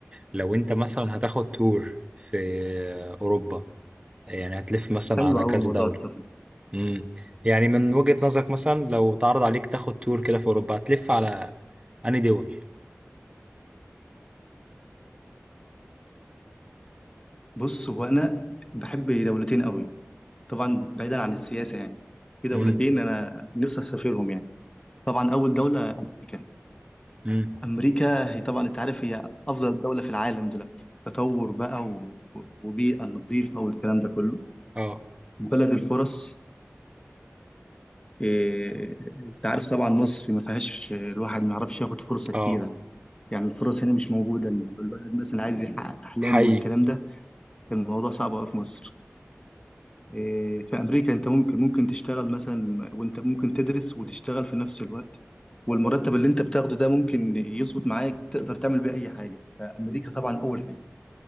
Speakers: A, on the right; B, on the left.
A: لو انت مثلا هتاخد تور في آه، اوروبا يعني هتلف مثلا
B: حلو
A: على
B: قوي
A: كذا
B: موضوع
A: دولة
B: السفر
A: امم يعني من وجهة نظرك مثلا لو اتعرض عليك تاخد تور كده في اوروبا هتلف على انهي دول؟
B: بص هو انا بحب دولتين قوي طبعا بعيدا عن السياسه يعني في دولتين
A: امم
B: انا نفسي اسافرهم يعني طبعا اول دوله امريكا
A: امم
B: امريكا هي طبعا انت عارف هي افضل دوله في العالم دلوقتي تطور بقى و... وبيئه نظيفه والكلام ده كله
A: اه
B: بلد الفرص إيه، انت عارف طبعا مصر ما فيهاش الواحد ما يعرفش ياخد فرصه
A: اه
B: كتيره يعني الفرص هنا مش موجودة الواحد مثلا عايز يحقق أحلامه
A: حقيقي
B: والكلام ده الموضوع صعب أوي في مصر إيه، في أمريكا أنت ممكن ممكن تشتغل مثلا وأنت ممكن تدرس وتشتغل في نفس الوقت والمرتب اللي أنت بتاخده ده ممكن يظبط معاك تقدر تعمل بيه أي حاجة فأمريكا طبعا أول حاجة